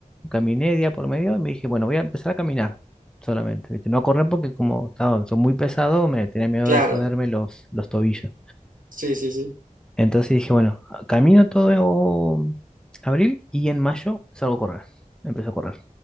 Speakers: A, in the centre; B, on the right.
A: caminé día por medio y me dije, bueno, voy a empezar a caminar solamente, ¿viste? No a correr porque como estaba, soy muy pesado, me tenía miedo
B: Claro,
A: de joderme los, los tobillos.
B: sí, sí, sí.
A: Entonces dije, bueno, camino todo abril y en mayo salgo a correr, empiezo a correr.